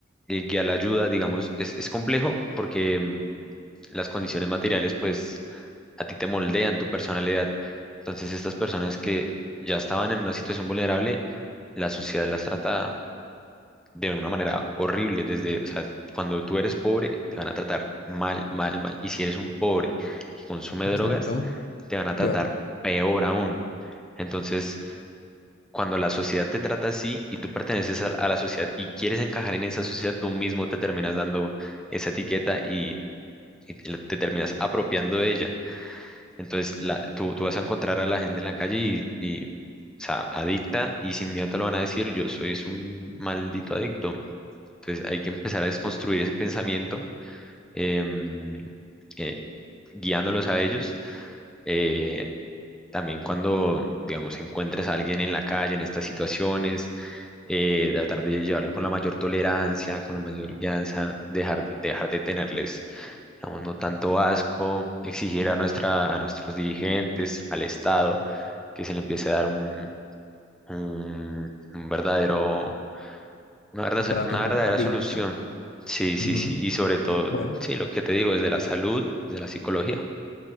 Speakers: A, in the centre; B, on the left.
A: y guiar la ayuda, digamos, es, es complejo porque em, las condiciones materiales, pues, a ti te moldean tu personalidad. Entonces, estas personas que ya estaban en una situación vulnerable, la sociedad las trata de una manera horrible. Desde, o sea, cuando tú eres pobre, te van a tratar mal, mal, mal. Y si eres un pobre que consume
B: exacto.
A: drogas, te van a tratar
B: Peor,
A: peor aún. Entonces, cuando la sociedad te trata así y tú perteneces a, a la sociedad y quieres encajar en esa sociedad, tú mismo te terminas dando esa etiqueta y, y te terminas apropiando de ella. Entonces, la, tú, tú vas a encontrar a la gente en la calle y, y, o sea, adicta y sin miedo te lo van a decir, yo soy un maldito adicto. Entonces hay que empezar a desconstruir ese pensamiento, em, eh, guiándolos a ellos. Eh, también cuando, digamos, encuentres a alguien en la calle, en estas situaciones, eh, tratar de llevarlo con la mayor tolerancia, con la mayor guianza, dejar, dejar de tenerles, digamos, no tanto asco, exigir a nuestra, a nuestros dirigentes, al Estado, que se le empiece a dar un, un, un verdadero una verdad,
B: un
A: so,
B: trato
A: una
B: un poco
A: verdadera
B: más digno,
A: solución.
B: ¿no?
A: Sí, sí,
B: Ujú.
A: sí. Y sobre todo,
B: Bueno,
A: sí, lo que te digo, desde la salud, de la psicología.